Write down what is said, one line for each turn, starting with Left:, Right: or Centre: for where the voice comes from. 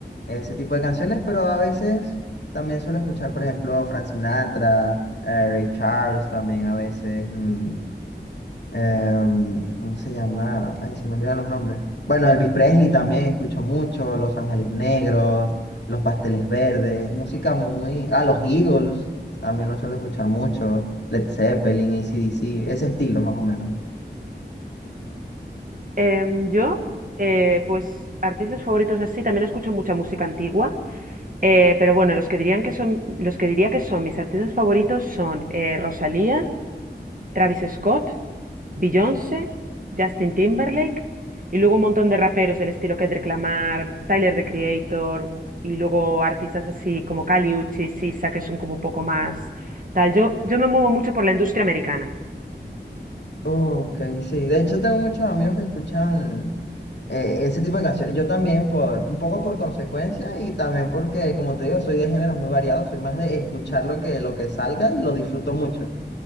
Left: ese tipo de canciones, pero a veces también suelo escuchar por ejemplo Frank Sinatra, eh, Ray Charles también a veces, mm, em, ¿cómo se llama? Ay, se me olvidan los nombres. Bueno, Elvis Presley también escucho mucho, Los Ángeles Negros, Los Pasteles Verdes, música muy... Ah, los Eagles, también lo suelo escuchar mucho, Led Zeppelin, AC/DC, ese estilo más o menos.
Right: Em, yo, eh, pues artistas favoritos así, también escucho mucha música antigua, eh, pero bueno, los que dirían que son, los que diría que son mis artistas favoritos son eh, Rosalía, Travis Scott, Beyoncé, Justin Timberlake, y luego un montón de raperos del estilo Kendrick Lamar, Tyler, the Creator, y luego artistas así como Kali Uchis, Sisa, que son como un poco más tal. Yo, yo me muevo mucho por la industria americana.
Left: Ok, sí. De hecho, tengo muchos amigos que escuchan eh, ese tipo de canciones. Yo también por un poco por consecuencia y también porque, como te digo, soy de géneros muy variados. Soy más de escuchar lo que, lo que salga y lo disfruto mucho.